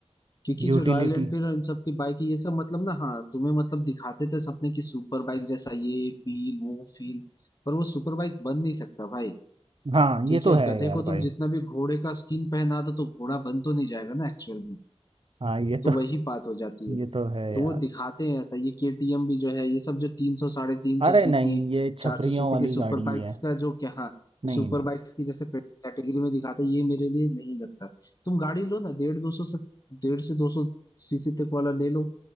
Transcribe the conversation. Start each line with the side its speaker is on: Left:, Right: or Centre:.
Left: क्योंकि
Right: यूटिलिटी
Left: जो रॉयल एनफील्ड और इन सब की बाइक है ये सब मतलब ना हाँ तुम्हें मतलब दिखाते थे सपने की सुपर बाइक जैसा ये फील वो फील पर वो सुपर बाइक बन नहीं सकता भाई
Right: हाँ
Left: ठीक
Right: ये तो
Left: है
Right: है
Left: गधे
Right: यार
Left: को तुम
Right: भाई
Left: जितना
Right: <laughs>
Left: भी घोड़े का स्किन पहना दो तो घोड़ा बन तो नहीं जाएगा ना एक्चुअल में
Right: हाँ ये
Left: तो
Right: तो
Left: वही बात हो जाती है
Right: ये तो है
Left: तो
Right: यार
Left: वो दिखाते हैं ऐसा ये केटीएम भी जो है ये सब जो तीन सौ साढ़े तीन
Right: अरे
Left: सौ सीसी
Right: नहीं ये छपरियों
Left: चार सौ सीसी
Right: वाली
Left: के सुपर
Right: गाड़ी
Left: बाइक्स
Right: है
Left: का जो क्या हाँ
Right: नहीं
Left: सुपर
Right: नहीं
Left: बाइक्स की जैसे कैटेगरी में दिखाते हैं ये मेरे लिए नहीं लगता तुम गाड़ी लो ना डेढ़ दो सौ से डेढ़ से दो सौ सीसी तक वाला ले लो